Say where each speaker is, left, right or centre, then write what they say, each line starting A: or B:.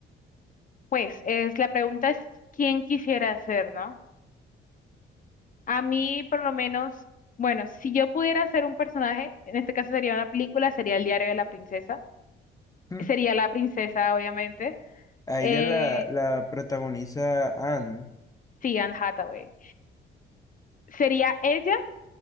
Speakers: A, on the left; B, on the left.
A: pues, es, la pregunta es quién quisiera ser, ¿no? A mí, por lo menos, bueno, si yo pudiera ser un personaje, en este caso sería una película, sería El diario de la princesa.
B: Mm.
A: Sería la princesa, obviamente.
B: A
A: Eh,
B: ella la, la protagoniza Anne.
A: sí, Anne Hathaway. Sería ella